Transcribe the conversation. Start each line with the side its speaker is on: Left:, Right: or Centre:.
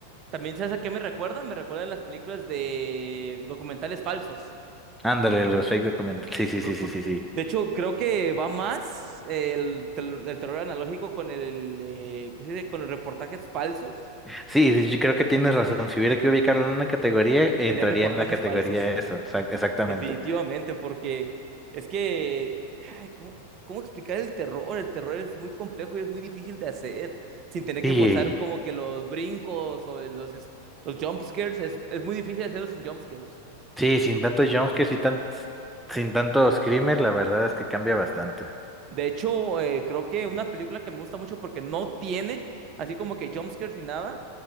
Right: También, ¿sabes a qué me recuerda? Me recuerda a las películas de documentales falsos.
Centre: Ándale, los fake documentales. Sí, sí,
Right: Pues
Centre: sí, sí,
Right: fue-
Centre: sí, sí.
Right: De hecho, creo que va más eh, el, tel- el terror analógico con el, eh, ¿cómo se dice? con los reportajes falsos.
Centre: Sí, sí, yo creo que tienes razón. Si hubiera que ubicarlo en una categoría, entraría
Right: Serían reportajes
Centre: en la categoría
Right: falsos.
Centre: esa, exac- exactamente.
Right: Definitivamente, porque es que, ay, ¿cómo, cómo explicar el terror? El terror es muy complejo y es muy difícil de hacer, sin tener
Centre: Y
Right: que forzar como que los brincos o el- los, es- los jump scares, es, es muy difícil hacerlos sin jump scares.
Centre: sí, sin tantos jumpscares y tan, sin tantos screamers, la verdad es que cambia bastante.
Right: De hecho, eh, creo que una película que me gusta mucho porque no tiene así como que jump scares ni nada,